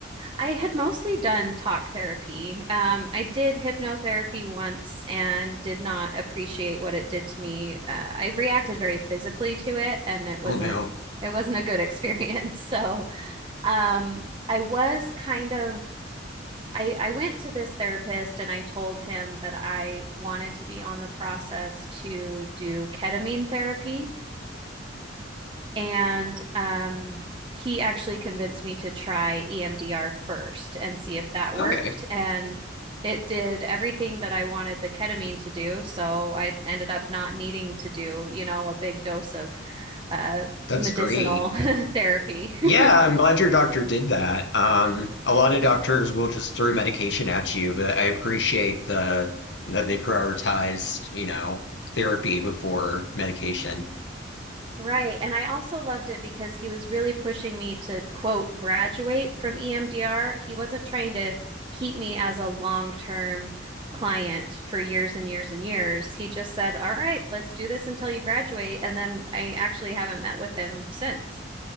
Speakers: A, on the right; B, on the left.
A: I had mostly done talk therapy. Um, I did hypnotherapy once and did not appreciate what it did to me. Uh, I reacted very physically to it and it wasn't
B: Oh no.
A: it wasn't a good experience. <laughs> So, um, I was kind of I, I went to this therapist and I told him that I wanted to be on the process to do ketamine therapy. And um, he actually convinced me to try EMDR first and see if that
B: Okay,
A: worked. And it did everything that I wanted the ketamine to do. So I ended up not needing to do, you know, a big dose of uh,
B: that's
A: medicinal
B: great.
A: <laughs> therapy.
B: Yeah, I'm
A: <laughs>
B: glad your doctor did that. Um, a lot of doctors will just throw medication at you, but I appreciate the that they prioritized, you know, therapy before medication.
A: Right. And I also loved it because he was really pushing me to, quote, graduate from EMDR. He wasn't trying to keep me as a long-term client for years and years and years. He just said, All right, let's do this until you graduate. And then I actually haven't met with him since.